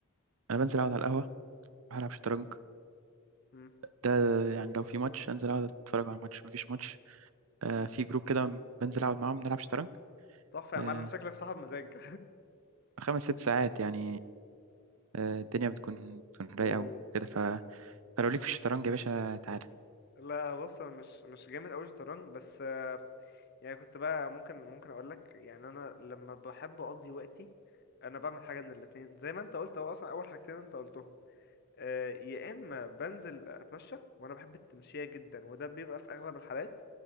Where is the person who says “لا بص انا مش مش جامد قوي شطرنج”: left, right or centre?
Left